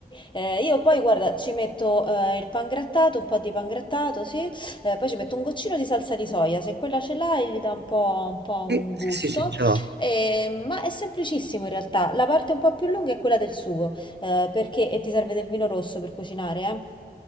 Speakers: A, on the left; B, on the right.
A: Eh, io poi guarda, ci metto eh, il pangrattato, un po' di pangrattato, sì, Eh, poi ci metto un goccino di salsa di soia, se quella ce l'hai gli dà un po', un po' un
B: sì, sì,
A: gusto.
B: sì, sì, ce l'ho.
A: Eh, ma è semplicissimo in realtà. La parte un po' più lunga è quella del sugo, eh, perché e ti serve del vino rosso per cucinare, eh.